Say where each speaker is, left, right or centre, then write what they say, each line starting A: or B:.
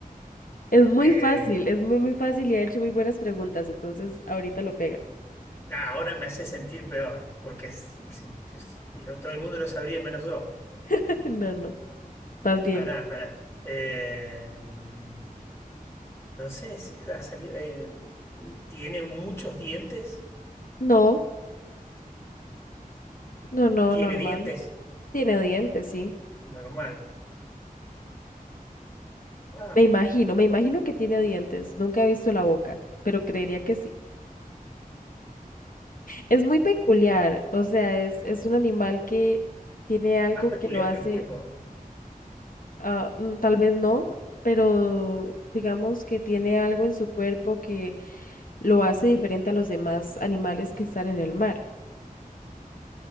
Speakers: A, on the left; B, on the left.
A: Es muy
B: Eh,
A: fácil, es muy, muy fácil y ha hecho muy buenas preguntas, entonces ahorita lo pega.
B: ah, ahora me hace sentir peor, porque es- es- es- lo- todo el mundo lo sabría menos yo.
A: <laughs> No, no, más bien.
B: Pará, pará. Em, No sé si ha salido. eh, tiene muchos dientes.
A: No, no, no,
B: Tiene
A: normal.
B: dientes.
A: Tiene dientes, sí.
B: Normal. Wow.
A: Me imagino, me imagino que tiene dientes. Nunca he visto la boca, pero creería que sí. Es muy peculiar, o sea, es, es un animal que tiene algo
B: Más peculiar
A: que lo hace,
B: que el pulpo.
A: ah, mm, tal vez no, pero digamos que tiene algo en su cuerpo que lo hace diferente a los demás animales que están en el mar.